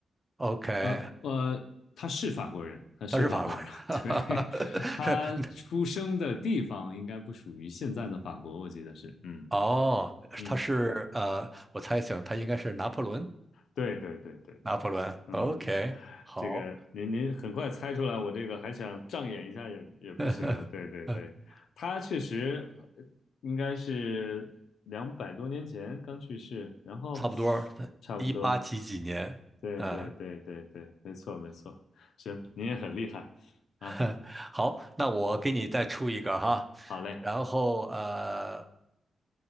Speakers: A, on the right (about 15°); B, on the left (about 80°).
A: OK，
B: 呃呃，他是法国人，他是法国人。
A: 他是法国人。
B: <laughs> 对，
A: <laughs>
B: 他出生的地方应该不属于现在的法国，
A: 是
B: 我记得是。嗯
A: 哦，
B: 嗯。
A: 他是呃，我猜想他应该是拿破仑。
B: 对对对对对，
A: 拿破仑。
B: 嗯，
A: OK，好，
B: 这个您您很快猜出来，我这个还想障眼一下也也不行了。
A: <laughs>
B: 对对对，他确实呃应该是两百多年前刚去世，然后
A: 差不多。
B: 差不多。
A: 一八几几年？
B: 对对对对对，
A: 呃，
B: 没错没错。行，您也很厉害啊。
A: <laughs> 好，那我给你再出一个哈。
B: 好嘞，
A: 然后呃，